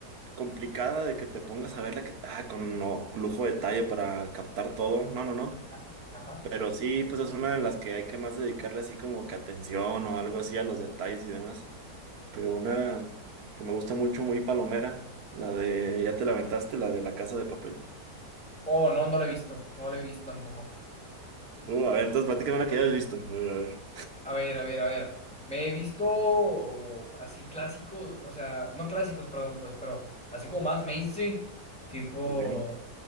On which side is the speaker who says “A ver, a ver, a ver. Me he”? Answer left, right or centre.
Centre